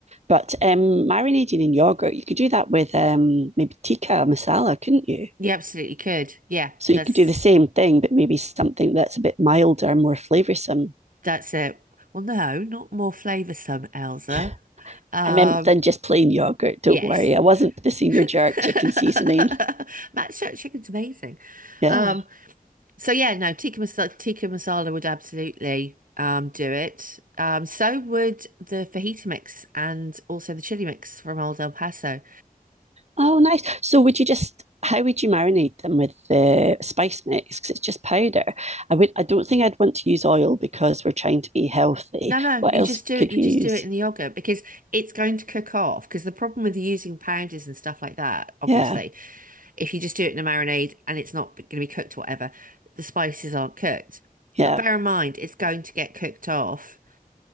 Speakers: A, on the right; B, on the right.
A: But um, marinating in yogurt, you could do that with um, maybe tikka masala, couldn't you?
B: You absolutely could. Yeah,
A: So
B: that's
A: you could do the same thing, but maybe something that's a bit milder, more flavoursome.
B: that's it. Well, no, not more flavoursome, Elsa.
A: <laughs>
B: Um,
A: I meant than just plain yogurt. Don't
B: yes.
A: worry, I wasn't missing
B: <laughs>
A: your jerk chicken seasoning.
B: Matt Shirt chicken's amazing.
A: Yeah.
B: Um, So yeah, no, tikka masala, tikka masala would absolutely um, do it. Um, so would the fajita mix and also the chili mix from Old El Paso.
A: Oh, nice. So would you just? How would you marinate them with the spice mix? Because it's just powder. I would. I don't think I'd want to use oil because we're trying to be healthy.
B: No, no,
A: What
B: you
A: else
B: just do
A: could
B: it. You
A: we
B: just
A: use?
B: do it in the yogurt because it's going to cook off. Because the problem with using powders and stuff like that, obviously,
A: Yeah,
B: if you just do it in a marinade and it's not going to be cooked, whatever, the spices aren't cooked.
A: yeah.
B: But bear in mind, it's going to get cooked off